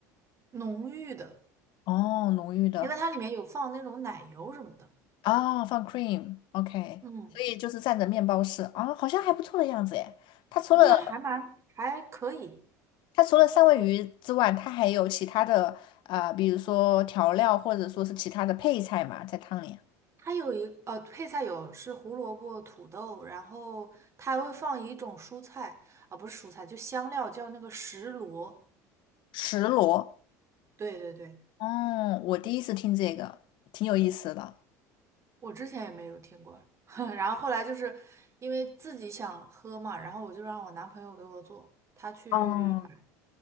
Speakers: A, on the right; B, on the left.
A: 浓郁的，
B: 哦，浓郁的。
A: 因为它里面有放那种奶油什么的。
B: 哦，放 cream，OK，、
A: 嗯，
B: 所以就是蘸着面包吃啊、好像还不错的样子诶。它除了
A: 那还蛮还可以。
B: 它除了三文鱼之外，它还有其他的呃，比如说调料或者说是其他的配菜嘛，在汤里。
A: 它有一呃配菜有是胡萝卜、土豆，然后它还会放一种蔬菜啊，不是蔬菜，就香料叫那个石螺。
B: 石螺。
A: 对对对，
B: 哦，我第一次听这个，挺有意思的。
A: 我之前也没有听过，<laughs> 然后后来就是因为自己想喝嘛，然后我就让我男朋友给我做，他去买。
B: 哦，